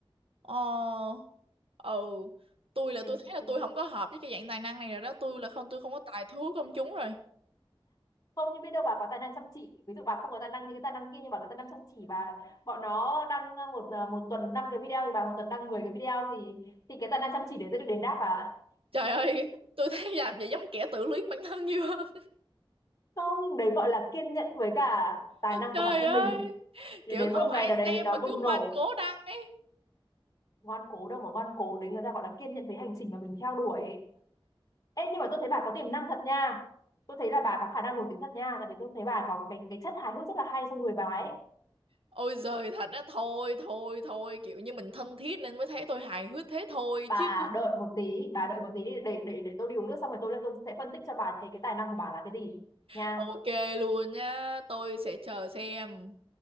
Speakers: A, on the right; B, on the left.
A: Ờ, ừ tôi là
B: thế,
A: tôi thấy là
B: thế
A: tôi không có hợp với cái dạng tài năng này rồi đó tôi là không tôi không có tài thú công chúng rồi
B: không nhưng biết đâu bà có tài năng chăm chỉ ví dụ bà không có tài năng như cái tài năng kia nhưng bà có tài năng chăm chỉ bà bọn nó đăng ờ, một ờ, một tuần năm cái video thì bà một tuần đăng 10 cái video thì thì cái tài năng chăm chỉ đấy sẽ được đền đáp bà ạ.
A: trời ơi tôi thấy <laughs> làm vậy giống kẻ tự luyến bản thân nhiều hơn
B: không đấy gọi là kiên nhẫn với cả tài năng
A: trời
B: của bản thân
A: ơi
B: mình để
A: kiểu
B: đến
A: không
B: một
A: ai
B: ngày nào đấy
A: xem
B: nó
A: mà
B: bùng
A: cứ
B: nổ
A: ngoan cố đăng ấy
B: ngoan cố đâu mà ngoan cố đấy người ta gọi là kiên nhẫn với hành trình mà mình theo đuổi Ê, nhưng mà tôi thấy bà có tiềm năng thật nha tôi thấy là bà có khả năng nổi tiếng thật nha tại vì tôi thấy bà có cái cái chất hài hước rất là hay trong người bà ấy
A: ôi giời thật á thôi thôi thôi kiểu như mình thân thiết nên mới thấy tôi hài hước thế thôi
B: bà
A: chứ
B: đợi một tí bà đợi một tí đi để để để tôi đi uống nước xong rồi tôi lên tôi sẽ phân tích cho bà thấy cái tài năng của bà là cái gì nha
A: ok luôn nha tôi sẽ chờ xem